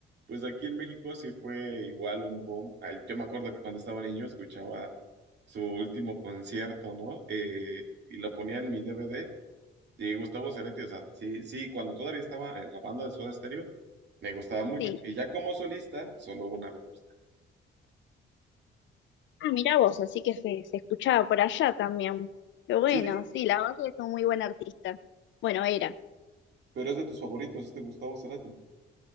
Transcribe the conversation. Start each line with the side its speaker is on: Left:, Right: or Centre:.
Right: pues aquí en México sí fue igual un boom. Al- Yo me acuerdo que cuando estaba niño escuchaba su último concierto, ¿no? Eh, y lo ponía en mi DVD. Y Gustavo Cerati, o sea, sí, sí, cuando todavía estaba en la banda de Soda Stereo, me gustaba mucho.
Left: Sí.
Right: Y ya como solista, solo una me gusta.
Left: Ah, mirá vos, así que se, se escuchaba por allá también. Pero bueno,
Right: Sí,
Left: sí, la verdad que es un muy buen artista. Bueno, era.
Right: pero es de tus favoritos, este Gustavo Cerati.